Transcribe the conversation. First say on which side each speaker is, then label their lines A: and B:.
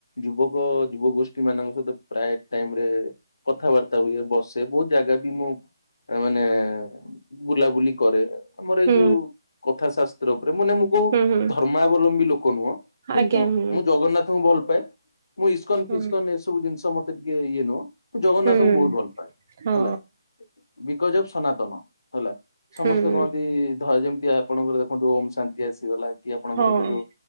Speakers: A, on the left; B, on the right.
A: ଯୁବକ ଯୁବ ଗୋଷ୍ଠୀ ମାନଙ୍କ ସହିତ ପ୍ରାୟ ଟାଇମରେ କଥାବାର୍ତ୍ତା ହୁଏ ବସେ ବହୁତ ଜାଗା ବି ମୁଁ ମାନେ ବୁଲାବୁଲି କରେ ଆମର
B: ହୁଁ
A: ଏଇ ଯୋଉ କଥା ଶାସ୍ତ୍ର ଉପରେ ମାନେ ମୁଁ କହୁ
B: ହୁଁ ହୁଁ
A: ଧର୍ମାବଲମ୍ବୀ ଲୋକ ନୁହଁ। କିନ୍ତୁ
B: ଆଜ୍ଞା ହୁଁ
A: ମୁଁ ଜଗନ୍ନାଥଙ୍କୁ ଭଲ ପାଏ, ମୁଁ ଇସ୍କନ
B: ହଁ
A: ଫିସ୍କନ ଏସବୁ ଜିନିଷ ମୋ ଇଏ ନୁହଁ ମୁଁ ଜଗନ୍ନାଥଙ୍କୁ
B: ହୁଁ
A: ବହୁତ ଭଲ ପାଏ
B: ହଁ
A: ହେଲା। Because of Sanatan. ହେଲା ସମସ୍ତେ
B: ହୁଁ
A: କହନ୍ତି ଧର ଯେମିତି ଆପଣଙ୍କର ଦେଖନ୍ତୁ ଓମ୍ ଶାନ୍ତି ଆସିଗଲା। କି ଆପଣଙ୍କର
B: ହଁ
A: ସେ ଯୋଉ